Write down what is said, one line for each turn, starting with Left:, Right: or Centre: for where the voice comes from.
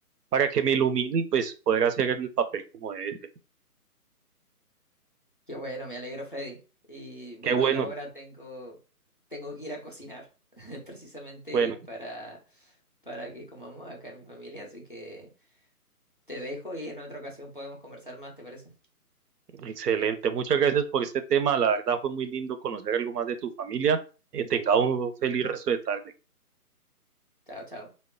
Right: para que me ilumine y pues poder hacer el papel como debe ser.
Left: Qué bueno, me alegro, Freddy. Y bueno,
Right: Qué bueno,
Left: yo ahora tengo, tengo que ir a cocinar, <laughs> precisamente
Right: bueno,
Left: para, para que comamos acá en mi familia. Así que te dejo y en otra ocasión podemos conversar más, ¿te parece?
Right: excelente. Muchas gracias por este tema. La verdad fue muy lindo conocer algo más de tu familia. Eh, tenga un feliz resto de tarde.
Left: Chao, chao.